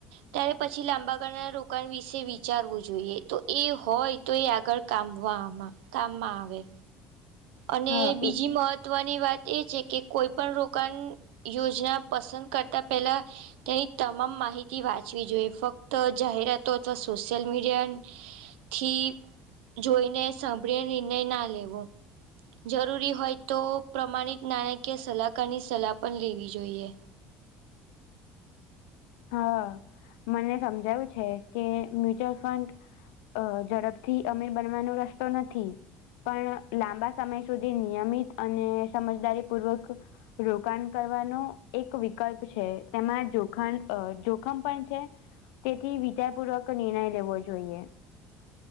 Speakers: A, on the right; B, on the left.
A: ત્યારે પછી પછી લાંબા ગળાના રોકાણ વિશે વિચારવું જોઈએ તો એ હોય તો એ આગળ કામવામાં કામમાં આવે અને
B: હ
A: બીજી
B: એ
A: મત મહત્વની વાત એ છે કે કોઈ પણ રોકાણ યોજના પસંદ કરતા પેલા તેની તમામ માહિતી વાંચવી જોઈએ ફક્ત જાહેરાતો અથવા સોશિયલ મીડિયા થી જોઈને સાંભળી નિર્ણય ના લેવો જરૂરી હોય તો પ્રમાણિત નાણાકીય સલાહકારની સલાહ પણ લેવી જોઈએ
B: હા મને સમજાયું છે કે મ્યુચ્યુઅલ ફંડ અ ઝડપથી અમીર બનવાનો રસ્તો નથી પણ લાંબા સમય સુધી નિયમિત અને સમજદારી પૂર્વક રોકાણ કરવાનો એક વિકલ્પ છે તેમાં જોખમ અ જોખમ પણ છે તેથી વિચારપૂર્વક નિર્ણય લેવો જોઈએ